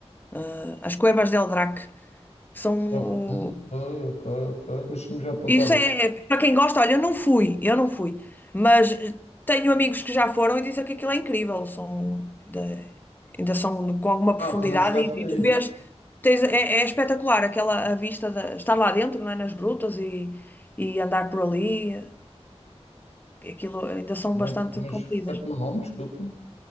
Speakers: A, on the left; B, on the left.
A: eh, as Cuevas del Drac, que são...
B: Ah, hum,
A: o-
B: Ok, ok, ok, deixa-me já apontar
A: Isso é,
B: aqui.
A: para quem gosta, olha, eu não fui, eu não fui, mas tenho amigos que já foram e dizem que aquilo é incrível, são, ainda, ainda são com alguma
B: Ah,
A: profundidade
B: tu não chegaste
A: e,
B: a
A: e tu
B: ir.
A: vês, tens, é, é espetacular aquela a vista, de, estar lá dentro, não é, nas grutas e, e andar por ali, aquilo ainda são
B: Como
A: bastante
B: é que- Mas
A: compridas.
B: repete o meu nome, desculpa.